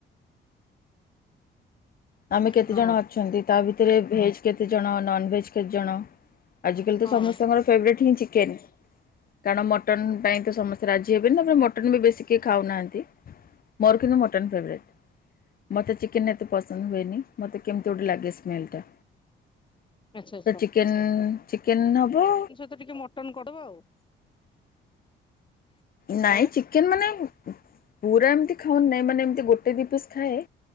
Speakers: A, on the left; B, on the left.
A: ଆମେ କେତେ
B: ହଁ ହଁ
A: ଜଣ ଅଛନ୍ତି ତା ଭିତରେ ଭେଜ୍ କେତେ ଜଣ ନନ ଭେଜ୍ କେତ୍ ଜଣ, ଆଜିକାଲି ତ
B: ହଁ
A: ସମସ୍ତଙ୍କର ଫେବରେଟ୍ ହିଁ ଚିକେନ୍ କାରଣ ମଟନ୍ ପାଇଁ ତ ସମ ତେ ରାଜି ହେବେନି, ତାପରେ ମଟନ ବି ବେଶୀ କିଏ ଖାଉନାହାନ୍ତି ମୋର କିନ୍ତୁ ମଟନ୍ ଫେବରେଟ୍। ମୋତେ ଚିକେନ୍ ଏତେ ପସନ୍ଦ ହୁଏନି, ମତେ କେମିତି ଗୋଟେ ଲାଗେ ସ୍ମେଲ୍ ଟା।
B: ଆଚ୍ଛା ଆଚ୍ଛା।
A: ତ ଚିକେନ୍ ଚିକେନ୍ ହବ,
B: ତୁ ଟିକେ ମଟନ୍ କର୍ ଦବ ଆଉ,
A: ନାଇଁ
B: ଆଉ
A: ଚିକେନ୍ ମାନେ ପୁରା ଏମତି ଖାଉନେ ମାନେ ଏମତି ଗୋଟେ ଦି ପିସ୍ ଖାଏ,